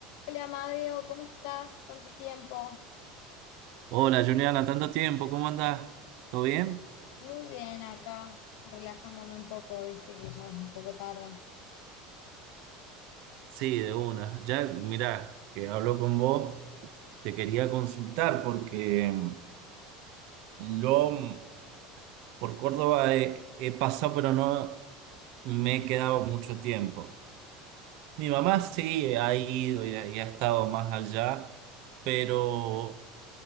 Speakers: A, on the left; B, on the right.
A: Hola Amadeo, ¿cómo estás? Tanto tiempo.
B: Hola Juliana, tanto tiempo, ¿cómo andás? ¿Todo bien?
A: Muy bien acá, relajándome un poco, viste que ya es un poco tarde.
B: Sí, de una. Ya, mirá, que hablo con vos, te quería consultar porque mm, yo mm, por Córdoba he, he pasado, pero no me he quedado mucho tiempo. Mi mamá sí ha ido y ha, y ha estado más allá, pero